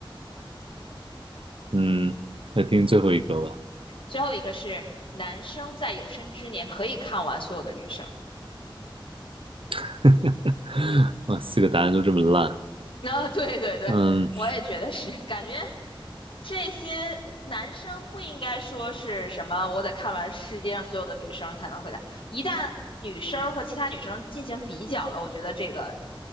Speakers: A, on the right (about 75°); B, on the left (about 75°).
A: 嗯，来听最后一个吧。
B: 最后一个是男生在有生之年可以看完所有的女生。
A: <laughs> 哇，四个答案都这么烂。
B: <laughs> 啊，对对对，
A: 嗯，
B: 我也觉得是，感觉这些男生不应该说是什么，我得看完世界上所有的女生才能回答。一旦女生和其他女生进行比较了，我觉得这个，